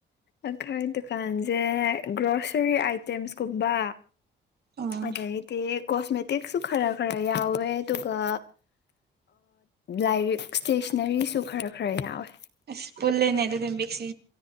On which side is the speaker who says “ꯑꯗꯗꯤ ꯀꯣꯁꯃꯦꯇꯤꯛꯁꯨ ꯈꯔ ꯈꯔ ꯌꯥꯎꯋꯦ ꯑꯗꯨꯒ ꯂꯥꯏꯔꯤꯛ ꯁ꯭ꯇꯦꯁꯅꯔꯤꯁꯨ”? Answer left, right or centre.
Left